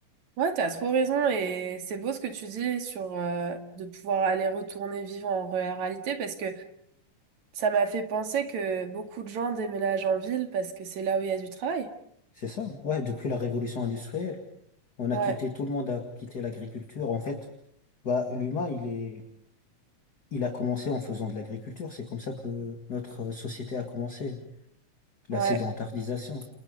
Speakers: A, on the right; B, on the left.
A: Ouais, t'as trop raison et c'est beau ce que tu dis sur euh, de pouvoir aller retourner vivre en réalité parce que ça m'a fait penser que beaucoup de gens déménagent en ville parce que c'est là où il y a du travail.
B: C'est ça. Ouais, depuis la révolution industrielle, on a
A: Ouais,
B: quitté tout le monde a quitté l'agriculture. En fait. Bah, l'humain, il est, il a commencé en faisant de l'agriculture. C'est comme ça que notre euh, société a commencé, la
A: ouais,
B: sédentarisation.